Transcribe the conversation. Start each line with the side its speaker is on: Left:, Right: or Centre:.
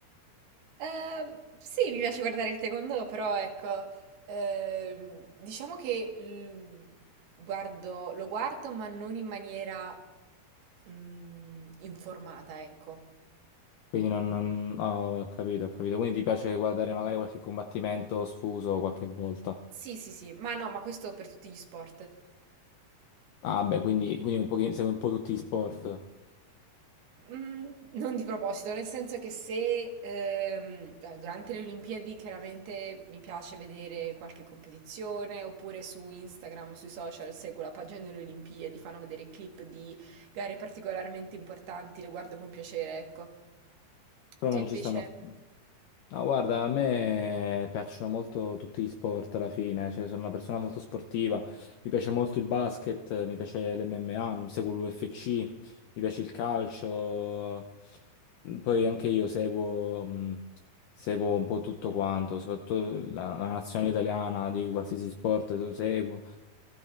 Right: Eh, sì, mi piace guardare il taekwondo, però ecco, ehm, diciamo che l- guardo- lo guardo ma non in maniera mm, informata, ecco.
Left: Quindi non... non... oh, ho capito, ho capito. Quindi ti piace guardare magari qualche combattimento sfuso qualche volta?
Right: Sì, sì, sì, ma no, ma questo per tutti gli sport.
Left: Ah, beh, quindi, quindi un pochino, segui un po' tutti gli sport,
Right: Mm, non di proposito, nel senso che se ehm, eh, durante le Olimpiadi chiaramente mi piace vedere qualche competizione, oppure su Instagram, sui social, seguo la pagina delle Olimpiadi, fanno vedere clip di gare particolarmente importanti, le guardo con piacere, ecco.
Left: però
Right: Tu
Left: non
Right: invece?
Left: ci stanno. No, guarda, a me piacciono molto tutti gli sport alla fine, cioè, sono una persona molto sportiva, mi piace molto il basket, mi piace l'MMA, mi seguo l'UFC, mi piace il calcio, poi anche io seguo, mh, seguo un po' tutto quanto, soprattutto la, la nazionale italiana di qualsiasi sport lo seguo.